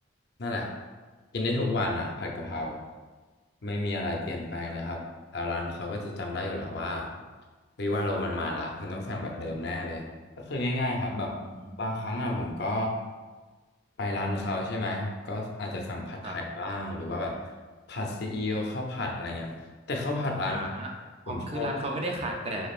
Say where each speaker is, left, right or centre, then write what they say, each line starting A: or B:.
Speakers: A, on the left (about 55°); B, on the right (about 30°).
A: นั่นแหละกินได้ทุกวันอ่ะผัดกะเพราไม่มีอะไรเปลี่ยนแปลงเลยครับแถวร้านเขาก็จะจำได้อยู่แล้วว่าเฮ้ยว่าโรมันมาละมันต้องสั่งแบบเดิมแน่เลยก็คือง่ายๆครับแบบ
B: อืม
A: บางครั้งอ่ะผมก็ไปร้านเขาใช่ไหมก็อาจจะสั่งผัดไทยบ้างหรือว่าแบบ
B: ครับ
A: ผัดซีอิ๊วข้าวผัดอะไรเงี้ยแต่ข้าวผัดร้าน
B: อ่า
A: ผมชอบ
B: อ๋อคือร้านเขาไม่ได้ขายแต่